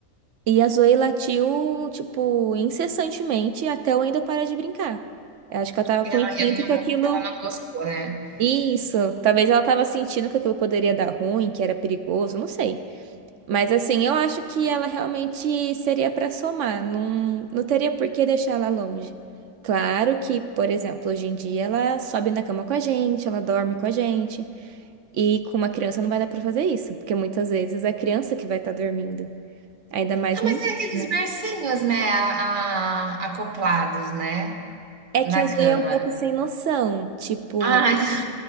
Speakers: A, on the right (about 65°); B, on the right (about 40°).
A: E a Zoe latiu, tipo, incessantemente até eu ainda parar de brincar. Eu acho que ela tava
B: Ela,
A: com
B: ela
A: instinto que
B: não,
A: aquilo.
B: ela não gostou, né?
A: Isso. Talvez ela tava sentindo que aquilo poderia dar ruim, que era perigoso, não sei. Mas assim, eu acho que ela realmente seria pra somar. Não, não teria por que deixar ela longe. Claro que, por exemplo, hoje em dia ela sobe na cama com a gente, ela dorme com a gente. E com uma criança não vai dar pra fazer isso, porque muitas vezes é a criança que vai estar dormindo. Ainda mais
B: Ah,
A: no
B: mas
A: início.
B: é aqueles
A: né?
B: bercinhos, né, a- a- acoplados, né,
A: É
B: na
A: que a Zoe
B: cama.
A: é um pouco sem noção. Tipo,
B: Ah,